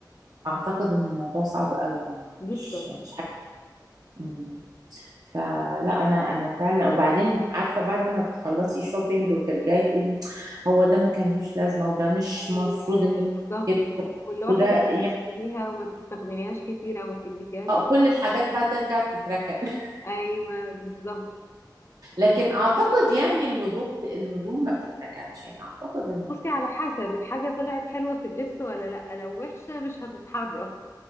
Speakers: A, on the right (about 55°); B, on the left (about 35°).
A: اعتقد ان الموضوع صعب قوي يعني
B: جدا
A: مش مش حاجة مم. فلا انا انا فعلا وبعدين عارفه بعد ما بتخلصي شوبينج وترجعي تقولي هو ده ما كانلوش لازمه وده مش
B: أيوة،
A: مفروض ان كنت
B: بالظبط
A: أجيبه،
B: واللي هو
A: وده
B: حاجة بقى
A: يعني
B: تشتريها وما تستخدميهاش كتير أو ما تلبسيهاش
A: آه،
B: كتير
A: كل الحاجات بقى ترجع تتركن <laughs>
B: أيوة بالظبط
A: لكن
B: طب قولي
A: اعتقد
B: لي،
A: يعني
B: إيه
A: الهدوم الهدوم ما بتتركنش يعني اعتقد ان
B: بصي على حسب الحاجة طلعت حلوة في اللبس ولا لأ لو وحشة مش هتتحرك